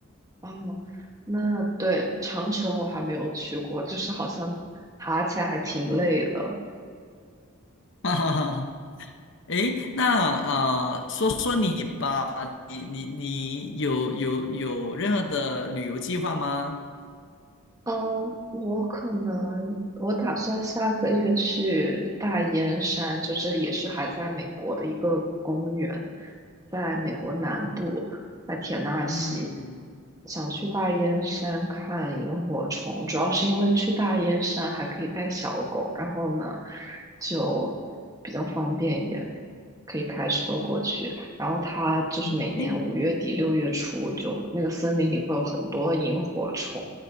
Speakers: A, on the right; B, on the left.
A: 哦，那对，长城我还没有去过，就是好像爬起来还挺累的。
B: <laughs> 哈哈哈哈。诶，那啊、呃说说你吧，你你你有有有任何的旅游计划吗？
A: 呃，我可能我打算下个月去大烟山，就是也是还在美国的一个公园，在美国南部，在田纳西，
B: 嗯
A: 想去大烟山看萤火虫，主要是因为去大烟山还可以带小狗，然后呢就比较方便一点，可以开车过去。然后它就是每年五月底六月初就那个森林里会有很多萤火虫。
B: 嗯诶